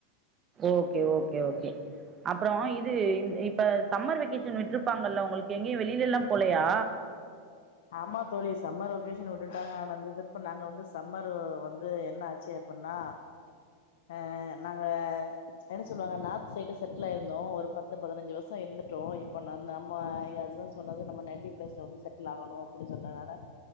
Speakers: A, on the right; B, on the left.
A: ஓகே ஓகே ஓகே அப்புறோ இது இப்ப சம்மர் வெகேஷன் விட்ருப்பாங்கல்ல உங்களுக்கு எங்கயு வெளிலல்லா போலையா
B: ஆமா தோழி சம்மர் வெகேஷன் உட்டுட்டாங்க ஆனா அந்த திர்ப்பு நாங்க வந்து சம்மர் வந்து என்ன ஆச்சு அப்புன்னா ஆ நாங்க என்ன சொல்வாங்க நார்த் சைடு செட்டில் ஆயிருந்தோ ஒரு பத்து பதினஞ்சு வருஷ இருந்துட்டோ இப்ப நம்ம எங்க ஹஸ்பண்ட் சொன்னது நம்ம நட்டிவ் பிளேஸ்ல வந்து செட்டில் ஆகணு அப்புடி சொன்னதால